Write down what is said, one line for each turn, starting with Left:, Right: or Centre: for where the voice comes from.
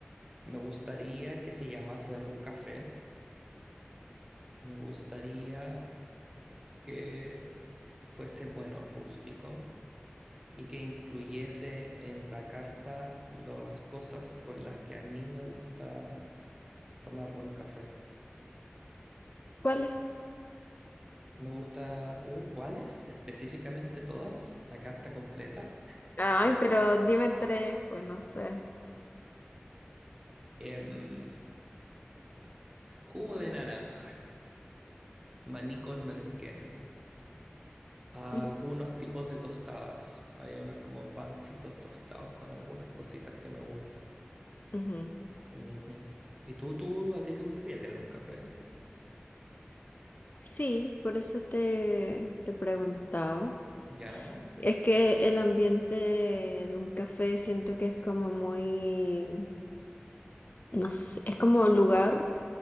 Right: Me gustaría que se llamase Ru Café. Me gustaría que fuese, bueno, rústico y que incluyese en la carta las cosas con las que a mí me gusta tomarme un café.
Left: ¿Cuál es?
Right: Me gusta, uh, ¿cuáles? Específicamente todas, la carta completa.
Left: Ay, pero dime tres, pues no sé.
Right: Em, jugo de naranja, maní con merquén, algunos
Left: <laughs>
Right: tipos de tostadas. Hay unas como pancitos tostados con algunas cositas que me gustan.
Left: Ujú.
Right: Ujú. ¿Y tú, tú, a ti te gustaría tener un café?
Left: Sí, por eso te, te preguntaba.
Right: Ya.
Left: Es que el ambiente de un café siento que es como muy, no sé, es como lugar